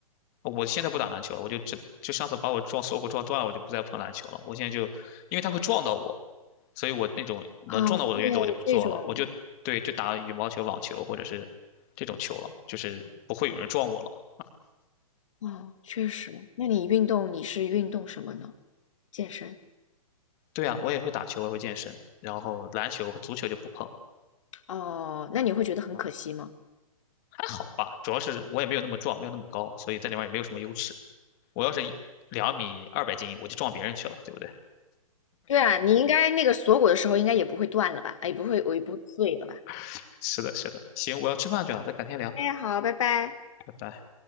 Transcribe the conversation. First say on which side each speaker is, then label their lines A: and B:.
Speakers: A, on the left (about 25°); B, on the left (about 60°).
A: 我现在不打篮球了，我就只就上次把我撞锁骨撞断了，我就不再碰篮球了。我现在就，因为它会撞到我，所以我那种能撞到我的运动我就不做了，
B: 啊，对，这种
A: 我就对就打羽毛球、网球或者是这种球了，就是不会有人撞我了。
B: 哦，确实。那你运动你是运动什么呢？健身？
A: 对啊，我也会打球，我也会健身，然后篮球和足球就不碰
B: 哦，那你会觉得很可惜吗？
A: 啊，还好吧，主要是我也没有那么壮，没有那么高，所以在里面也没有什么优势。我要是两米二百斤，我就撞别人去了，对不对？
B: 对啊，你应该那个锁骨的时候应该也不会断了吧？哎，也不会，我也不会碎了吧？
A: <laughs> 是的，是的，行，我要吃饭去了，咱改天聊，
B: 哎，好，拜拜。
A: 拜拜。